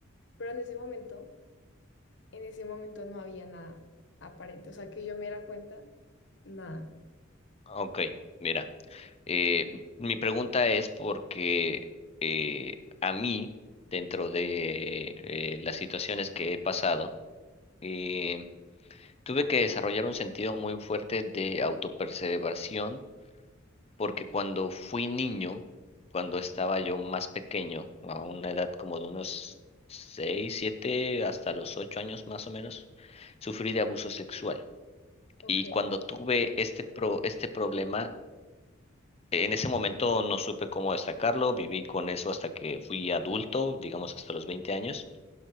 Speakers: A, on the left (about 60°); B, on the left (about 30°).
A: Pero en ese momento En ese momento no había nada aparente, o sea, que yo me diera cuenta, nada.
B: Ok, mira. Eh, mi pregunta es porque eh, a mí, dentro de eh, las situaciones que he pasado, eh, tuve que desarrollar un sentido muy fuerte de autopreservación, porque cuando fui niño, cuando estaba yo más pequeño, a una edad como de unos 6 7 hasta los 8 años más o menos, sufrí de abuso sexual.
A: Ok,
B: Y cuando tuve este, pro, este problema, En ese momento no supe cómo destacarlo, viví con eso hasta que fui adulto, digamos hasta los 20 años,